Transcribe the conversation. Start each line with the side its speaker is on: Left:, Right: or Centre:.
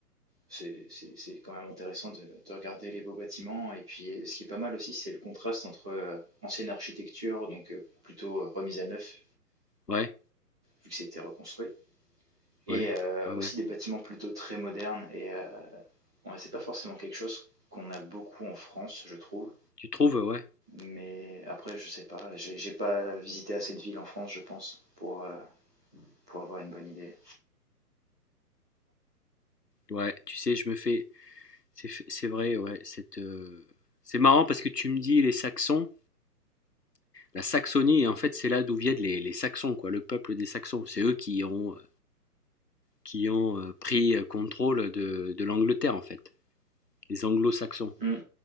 Centre: c'est c'est c'est quand même intéressant de, de regarder les beaux bâtiments. Et puis, euh, ce qui est pas mal aussi, c'est le contraste entre euh, ancienne architecture, donc euh, plutôt euh, remise à neuf,
Left: Ouais,
Centre: vu que c'était reconstruit, et
Left: ouais,
Centre: euh,
Left: ouais,
Centre: aussi
Left: ouais.
Centre: des bâtiments plutôt très modernes. Et euh, ouais, c'est pas forcément quelque chose qu'on a beaucoup en France, je trouve.
Left: Tu trouves, ouais.
Centre: Mais après, je sais pas, j'ai j'ai pas visité assez de villes en France, je pense, pour, euh, pour avoir une bonne idée.
Left: Ouais, tu sais, je me fais. C'est c'est vrai, ouais. cette, euh, C'est marrant parce que tu me dis les Saxons, la Saxonie, en fait, c'est là d'où viennent les, les Saxons, quoi, le peuple des Saxons. C'est eux qui ont, euh, qui ont euh, pris euh, contrôle de, de l'Angleterre, en fait, les Anglo-Saxons.
Centre: Hmm.